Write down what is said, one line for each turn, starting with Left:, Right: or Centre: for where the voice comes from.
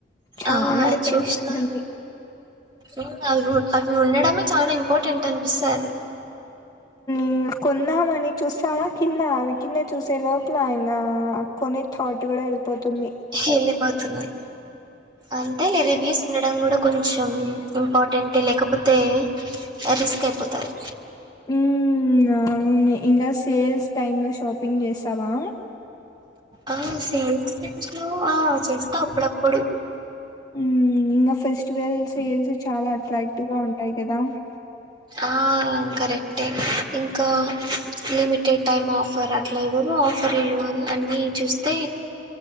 Left: చాలా
Right: ఆ
Left: డిఫరెన్స్
Right: చూశిన
Left: ఉంటుంది.
Right: ఉమ్ అవి అవి ఉండడమే చాలా ఇంపార్టెంట్ అనిపిస్తుంది
Left: ఇంగా కొన్దమని చూసామా కింద అవి కింద చూసే లోపులా ఇంగా కొనే థాట్ గూడా వెల్ పోతుంది
Right: వెళ్ళిపోతుంది అంతేలే రీవ్యూస్ ఉండడం గూడా కొంచెం ఇంపార్టెంటే లేకపోతే ఆ రిస్కాయిపోతారు
Left: ఉమ్ ఇంగా మెయిన్గా సేల్స్ టైమ్ లో షాపింగ్ చేస్ తమా
Right: ఆహా సేల్స్ టైమ్ లో ఆ చేస్తా అప్పుడప్పుడు
Left: ఉమ్ ఇంగా ఫెస్టివల్స్ సేల్స్ చాలా అట్రాక్టివ్గా ఉంటాయి కదా
Right: ఆ కరెక్టే ఇంకా లిమిటెడ్ టైం ఆఫర్ అట్లా ఏదేదో ఆఫర్లు అన్ని చూస్తే